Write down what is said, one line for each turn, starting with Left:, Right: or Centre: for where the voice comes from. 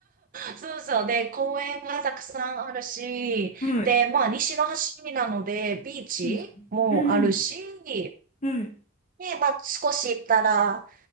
Right: そうそう。で、公園がたくさんあるし、
Left: はい。
Right: で、まあ、西の端なので、ビーチもあるし、
Left: うん。うん
Right: で、
Left: うん。はい。
Right: まあ、少し行ったら、